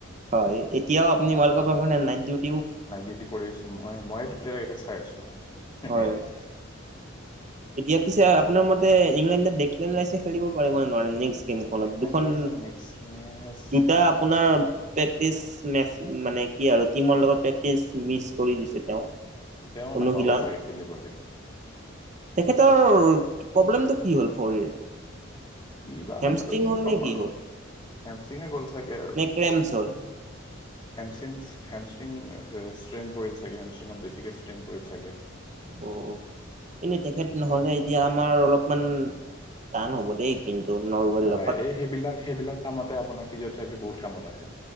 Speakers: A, on the right; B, on the left.
A: হয, এতিয়াও আপুনি ৱালপেপাৰ্ কাৰনে নাই ড
B: নাই যিটো কৰি আছো মই, মই এইটো প্লেয়াৰ এটা চাই আছো,
A: হয়।
B: <unintelligible>
A: এতিয়া পিছে আপোনাৰ মতে ইংলেণ্ডত <unintelligible> খেলিব পাৰিব নে নোৱাৰে নেক্স
B: নেকলেন
A: <unintelligible> দুখন,
B: ৰাইছে নেক্সট মেচ
A: দুটা আপোনাৰ প্ৰেটি মেচ, মানে কি আৰু টিমৰ লগত প্ৰে্টি মিচ কৰি দিছে তেওঁ।
B: তেওঁ
A: অনুশীলন
B: নাপাব চাগে খেলিবলে।
A: তেখেতৰ প্ৰব্লেমটো কি হ'ল ভৰিৰ?
B: কি বা
A: হেমষ্ট্ৰিং
B: হ'ল আৰু, কি ক'ম
A: নে
B: আৰু,
A: হ'ল
B: হেমষ্টিঙে গ'ল চাগে আৰু।
A: নে ক্ৰেমছ হ'ল
B: হেমষ্টিং, হেমষ্টিং ষ্ট্ৰেইন পৰিল চাগে, হেমষ্টিঙত বেছিকৈ ষ্ট্ৰেইন পৰিল চাগে।
A: অ অ এনেই তেখেত নহ'লে এতিয়া আমাৰ অলপমান টান হ'ব দেই কিন্তু নৰৱেল
B: হয়
A: লগত <unintelligible>
B: এই সেইবিলাক সেইবিলাক কামতে আপোনাৰ ফিজিঅ'থেৰাপি বহুত কামত আহে